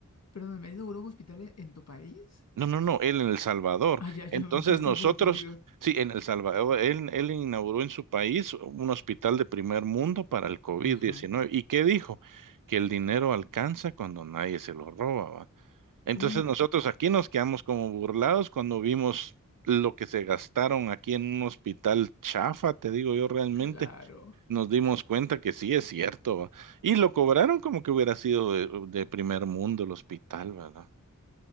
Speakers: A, on the left (about 50°); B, on the right (about 75°).
A: perdóname, él inauguró un hospital e- en tu país?
B: No, no, no, él en El Salvador.
A: Ah, ya, yo
B: Entonces
A: me estaba
B: nosotros,
A: confundido.
B: sí, en El Salvador, él, él inauguró en su país un hospital de primer mundo para el covid
A: Ajá.
B: diecinueve ¿Y qué dijo? Que el dinero alcanza cuando nadie se lo roba, ¿va? Entonces
A: Uh,
B: nosotros aquí nos quedamos como burlados cuando vimos lo que se gastaron aquí en un hospital chafa, te digo yo realmente,
A: claro.
B: nos dimos cuenta que sí es cierto, ¿va? Y lo cobraron como que hubiera sido de, de primer mundo el hospital, ¿verdad?